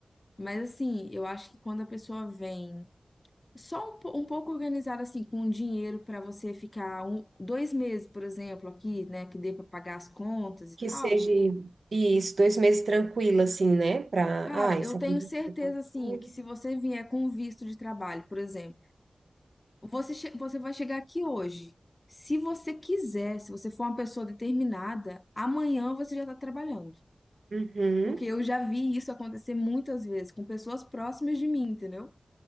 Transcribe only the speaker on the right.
Que
seja isso, dois meses tranquilo, assim, né? Pra.
Ah, isso
aconteceu
alguma
coisa.
Uhum.